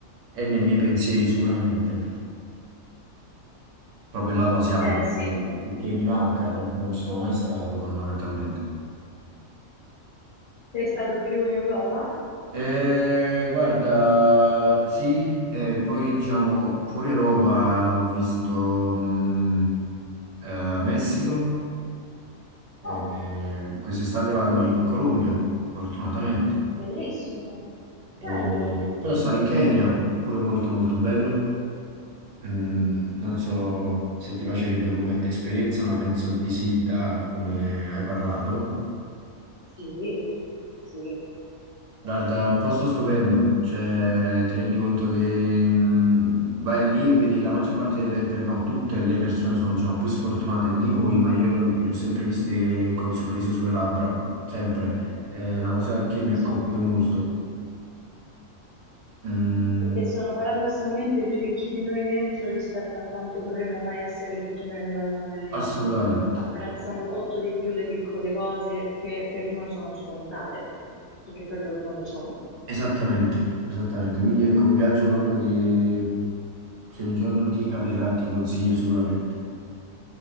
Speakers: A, on the right; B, on the left.
A: è nei miei pensieri sicuramente, proprio il lato asiatico,
B: Eh sì,
A: che
B: beh.
A: che mi manca, non, non ci sono mai stato fondamentalmente.
B: sei stato più in Europa?
A: Eh, guarda, sì, eh, poi diciamo fuori Europa eh, ho visto mh, eh, Messico, eh,
B: Oh,
A: quest'estate vado in Colombia, fortunatamente.
B: bellissimo,
A: E
B: Bello.
A: poi sono stato in Kenya, pure molto molto bello. Mm, non so se ti piacerebbe come esperienza, ma penso di sì, da come hai parlato.
B: Sì, sì.
A: Guarda, è un posto stupendo, cioè ti rendi conto che mm, vai lì e vedi la maggior parte delle, per, no, tutte le persone sono diciamo più sfortunate di noi, ma io li ho sempre viste col sorriso sulle labbra, sempre. È una cosa che
B: ma
A: mi ha
B: certo.
A: colpito molto. Mm,
B: perché sono paradossalmente più ricchi di noi dentro rispetto a quanto potremmo mai essere ricchi noi a livello materiale.
A: assolutamente.
B: Apprezzano molto di più le piccole cose che per noi sono scontate, perché per loro non lo sono.
A: Esattamente, esattamente. Quindi ecco un viaggio proprio che Se un giorno ti capiterà, ti consiglio sicuramente.